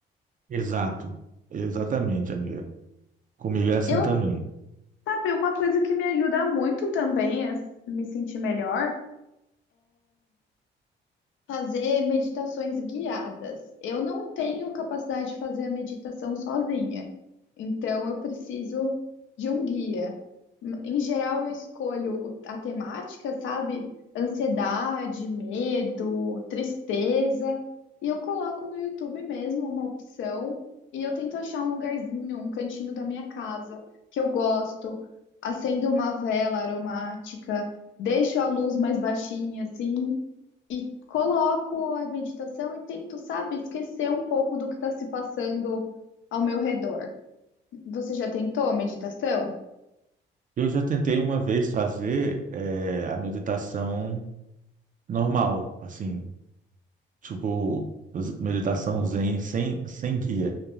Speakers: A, on the right (about 40°); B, on the left (about 75°).
A: Exato. Exatamente, amiga. Comigo é assim
B: Eu,
A: também.
B: sabe, uma coisa que me ajuda muito também a s- me sentir melhor. Fazer meditações guiadas. Eu não tenho capacidade de fazer a meditação sozinha, então eu preciso de um guia. Em geral, eu escolho o- a temática, sabe? Ansiedade, medo, tristeza, e eu coloco no YouTube mesmo uma opção e eu tento achar um lugarzinho, um cantinho da minha casa que eu gosto, acendo uma vela aromática, deixo a luz mais baixinha assim. E coloco a meditação e tento, sabe, esquecer um pouco do que está se passando ao meu redor. Você já tentou meditação?
A: Eu já tentei uma vez fazer eh, a meditação normal, assim, tipo, z- meditação zen sem, sem guia.